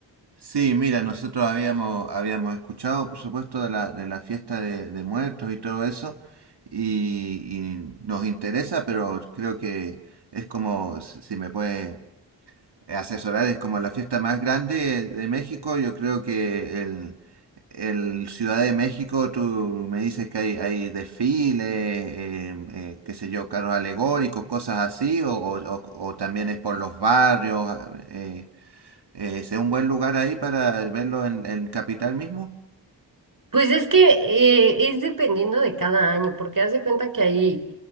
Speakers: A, on the right; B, on the right.
A: Sí, mira, nosotros habíamos, habíamos escuchado, por supuesto, de la, de la fiesta de, de muertos y todo eso, y, y nos interesa, pero creo que es como, si si me puede asesorar, es como la fiesta más grande de México, yo creo que El Ciudad de México, tú me dices que hay, hay desfiles, eh, eh, qué sé yo, carros alegóricos, cosas así, o, o- o- o también es por los barrios. ah, eh, eh, ¿es un buen lugar ahí para verlo en, en Capital mismo?
B: Pues es que eh, es dependiendo de cada año, porque haz de cuenta que ahí,